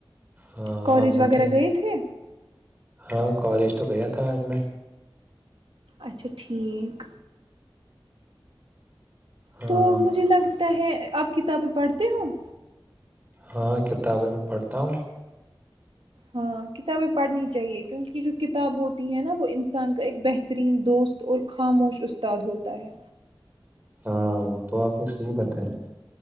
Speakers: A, on the right (about 20°); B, on the right (about 85°).
A: ہاں
B: کالج
A: آپ
B: وغیرہ
A: بتائیے
B: گئے تھے
A: ہاں کالج تو گیا تھا آج میں
B: اچھا ٹھیک
A: ہاں
B: تو مجھے لگ ہے اب کتابیں پڑھتی ہوں
A: ہاں کتابیں میں پڑھتا ہوں
B: ہاں کتابیں پڑھنی چاہیے کیونکہ جو کتاب ہوتی ہے نا وہ انسان کا ایک بہترین دوست اور خاموش استاد ہوتا ہے
A: ہاں وہ تو آپ نے صحیح بتایا